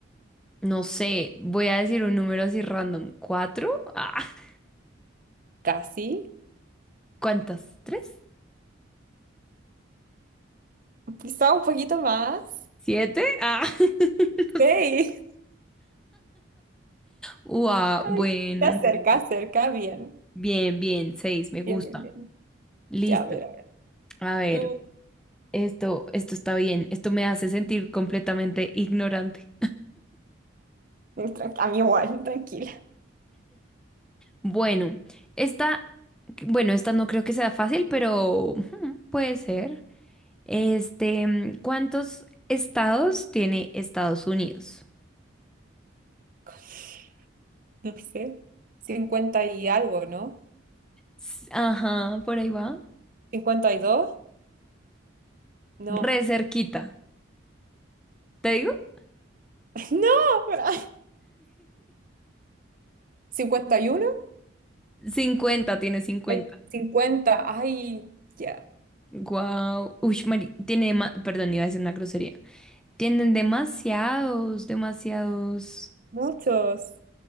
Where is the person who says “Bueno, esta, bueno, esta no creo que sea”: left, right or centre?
Centre